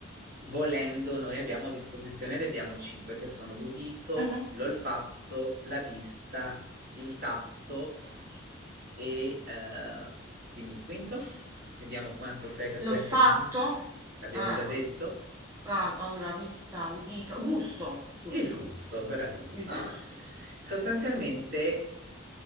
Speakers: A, on the right; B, on the right.
A: volendo noi abbiamo a disposizione, ne abbiamo cinque che sono l'udito,
B: Mhm.
A: l'olfatto, la vista, il tatto e eh, dimmi il quinto. Vediamo quanto sei presente
B: L'olfatto?
A: nel momento. L'abbiamo
B: Ah,
A: già detto.
B: ah, allora vista, udito, gusto, gusto,
A: Il gusto, bravissimo.
B: il gusto.
A: Sostanzialmente